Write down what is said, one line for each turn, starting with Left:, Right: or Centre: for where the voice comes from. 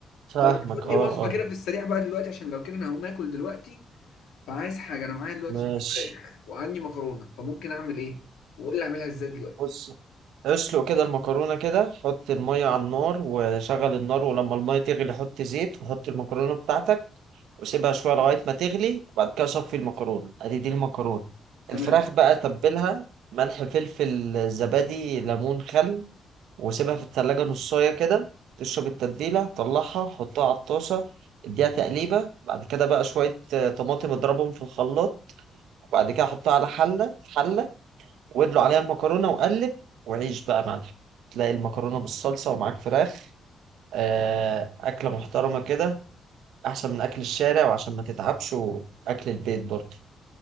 Right: فاهمك
Left: طيب تقول لي
Right: اه
Left: وصفه
Right: اه
Left: كده في السريع بقى دلوقتي عشان لو كده انا هقوم اكل دلوقتي فعايز حاجه انا معايا دلوقتي
Right: ماشي
Left: صدور فراخ وعندي مكرونه فممكن اعمل ايه وقول لي اعملها ازاي دلوقتي
Right: بص اسلق كده المكرونة كده حط المية على النار وشغل النار ولما المية تغلي حط زيت وحط المكرونة بتاعتك وسيبها شوية لغاية ما تغلي وبعد كده صفي المكرونة ادي دي المكرونة
Left: تمام
Right: الفراخ بقى تبلها ملح فلفل زبادي ليمون خل وسيبها في التلاجة نصاية كده تشرب التتبيلة طلعها حطها على الطاسة اديها تقليبة بعد كده بقى شوية آه، طماطم اضربهم في الخلاط وبعد كده حطها على حلة حلة وادلو عليها المكرونه وقلب وعيش بقى يا معلم تلاقي المكرونه بالصلصه ومعاك فراخ آه، اكله محترمه كده احسن من اكل الشارع وعشان ما تتعبش واكل البيت برضه